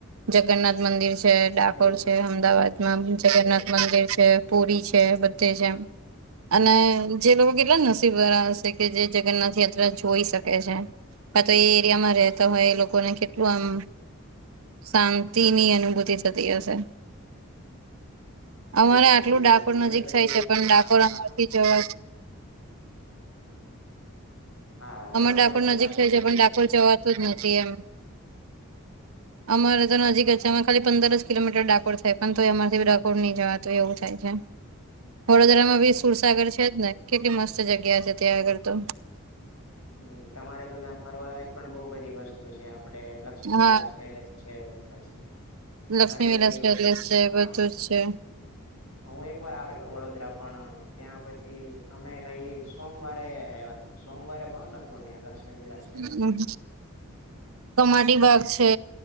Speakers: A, on the right (about 70°); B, on the left (about 80°).
A: જગન્નાથ મંદિર છે ડાકોર
B: બિલકુલ
A: છે અમદાવાદમાં જગન્નાથ
B: બિલકુલ
A: મંદિર છે. પૂરી છે બધે જેમ અને. જે લોકો કેટલા નસીબાર હશે કે જે જગન્નાથ યાત્રા જોઈ શકે છે. આ તો એ એરિયામાં રહેતા હોય એ લોકો ને કેટલું આમ શાંતિ ની અનુભૂતિ થતી હશે.
B: બિલકુલ
A: અમારે આટલું
B: બિલકુલ
A: ડાકોર
B: ઘણી
A: નજીક
B: બધી
A: થાય છે પણ ડાકોર
B: હા
A: અમારથી
B: હા
A: જવા
B: હા
A: અમાર
B: વડોદરા
A: ડાકોર
B: થી
A: નજીક થઈ છે પણ ડાકોર
B: થતું
A: જવાતું
B: છે તમારે
A: જ નથી એમ. અમારે તો નજીક જ છે એમાં ખાલી પંદરસ કિલોમીટર ડાકોર થાય પણ તો એમામાંથી ડકોર નહી જવાતું એવું થાય છે. વડોદરામાં
B: હમ
A: બી સુરસાગર છે જ ને કેટલી મસ્ત જગ્યા છે ત્યાં આગળ તો.
B: હમ્મ તમારે તો ત્યા ફરવા લાયક પણ બહુ બધી વસ્તુ છે આપડે લક્ષ્મી
A: હા
B: વિલાસ પેલેસ છે પછી
A: લક્ષ્મી
B: ઘણી
A: વિલાસ
B: બધી
A: કપેલસ
B: વસ્તુ
A: છે,
B: હા
A: બધું જ છે.
B: હું એક વાર આવેલો વડોદરા પણ ત્યાં પછી અમે રહી સોમવારે આવ્યા હતા સોમવારે બન હતું ને લક્ષ્મી વિલાસ પેલેસ
A: હમ્મ હમ્મ. કમાટી બાગ છે,